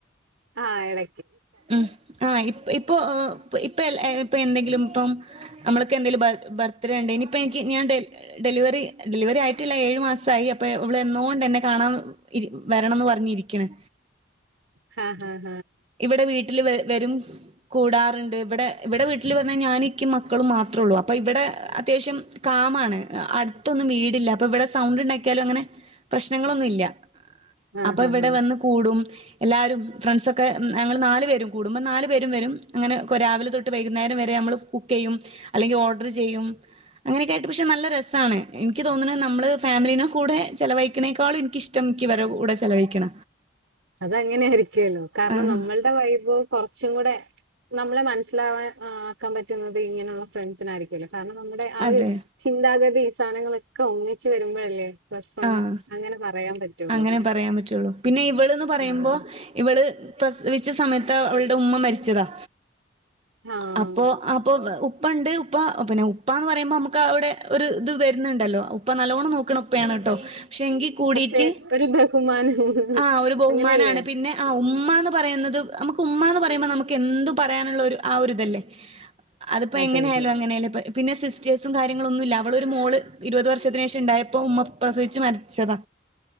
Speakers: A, on the right; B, on the right.
A: ആ എട
B: ഉം ആ് ഇ ഇപ്പൊ ഇപ്പ എ എന്തെങ്കിലും ഇപ്പ നമ്മക്കെന്തെങ്കിലും ബർ ബർത്തിഡേ ഉണ്ടേങ്കി ഇനിയിപ്പ എനിക്ക് ഞാൻ ഡെലിവറി ഡെലിവറി ആയിട്ടില്ല ഏഴു മാസയി അപ്പൊ ഇവളന്നൊ എന്നെ കാണാൻ വരണംന്ന് പറഞ്ഞിരിക്കാണ്.
A: ഹ ഹ
B: ഇവിടെ വീട്ടിൽ വ വരും കൂടാറ് ട് വെടെ ഇവിടെ വീട്ടിൽ വർഞ്ഞകഴിഞ്ഞ ഞാനിക്കിം മക്കളും മാത്ര ഉള്ളൂ അപ്പ ഇവിടെ അത്യാവശ്യം കാമാണ്. ത്തൊന്നും വീടില്ല അപ്പൊ ഇവിടെ സൗണ്ട് ണ്ടാക്കിയാലും അങ്ങനെ പ്രശ്നങ്ങളൊന്നുംല് ല്ല
A: ആ
B: അപ്പോ
A: ഹാ
B: ഇവിടെ
A: ഹാ
B: വന്ന് കൂടും എല്ലാരും ഫ്രൻസ് ഒ ഒക്കെ ഞങ്ങൾ നാല് പേരും കൂടുമ്പോം നാല് പേരും കൂടുമ്പോ നാല് പേരും വരുംങ്ങനെ കൊ രാവിലെ തൊട്ട് വൈകുന്നേരം വരെ നമ്മൾ കുക്ക് ചെയ്യും. അല്ലെങ്കിൽ ഓർഡർ ചെയ്യും. അങ്ങനെയൊക്കെ ആയിട്ട് പക്ഷെ നല്ല രസാണ്. എനിക്ക് തോന്നുന്നത് നമ്മള് ഫാമിലിടെ കൂടെ എ ചെലവഴിക്കനേക്കാളും എനിക്കിഷ്ട്ടം എനിക്ക് വരെ കൂടെ ചെലവഴിക്കണ.
A: അത അങ്ങനൊയിരിക്കല്ലോ കാരണം
B: ആഹ്
A: നമ്മളുടെ വൈഭ് കുറച്ചും കൂടെ നമ്മളെ മനസ്സിലാവാൻ ആക്കാൻ പറ്റുന്നത് ഇങ്ങനെയുള്ള ഫ്രണ്ട്സിനായിരിക്കും. ലർ കാരണം നമ്മുടെ ആ ഒരു
B: അതെ
A: ചിന്താഗതി ഈസാനങ്ങളൊക്കെ ഒന്നിച്ച് വരുമ്പോഴല്ലേ ബെസ്ഫ്രണ്ട്സ്
B: ആഹ്
A: അങ്ങനെ പറയാൻ പറ്റുള്ളൂ.
B: അങ്ങനെ പറയാൻ പറ്റുള്ളൂ. പിന്നെ ഇവള്ന്ന് പറയുമ്പോ
A: അതെ
B: ഇവള് പ്രസവിച്ച സമയത്ത് അവളുടെ ഉമ്മ മരിച്ചതാ
A: ആഹ്
B: അപ്പൊ അപ്പൊ ഉ പ്പ ണ്ട് ഉപ്പ പിന്നെ ഉപ്പ ന്ന് പറയുമ്പോ നമുക്ക് അവിടെ ഒരു ഇത് വരുന്നുണ്ടല്ലോ ഉപ്പ നല്ലോണം നോക്ണ ഉ ണ് ട്ടോ പക്ഷെങ്കി കൂടിട്ട്
A: പക്ഷെ ഒരു ബഹുമാനം
B: ആഹ് ഒരു ബഹുമാനാണ്
A: അങ്ങനെയല്ലേ?
B: പിന്നെ ആഹ് ഉമ്മാന്ന് പറയുന്നത് നമുക്ക് ഉമ്മ ന്ന് പറയുമ്പോ നമുക്ക് എന്ത് പറയാനുള്ളരു ആ ഒരിതല്ലേ അതിപ്പോ
A: അതെ
B: എങ്ങനെയായാലും
A: അതെ
B: അങ്ങനെയല്ലേപ പിന്നെ സിസ്റ്റേഴസും കാര്യങ്ങളൊന്നുമില്ല അവളോരുമോള് ഇരുപത് വർഷത്തിന് ശേഷ ണ്ടായ- പൊ ഉമ്മ പ്രസിച്ചു മരിച്ചത